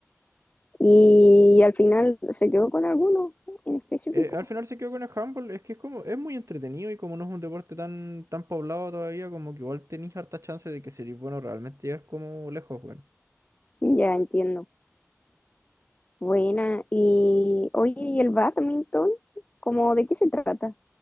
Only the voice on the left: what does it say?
Y, al final se quedó con alguno en específico.
Ya entiendo. Buena. Y oye, ¿y el badminton? ¿Cómo de qué se trata?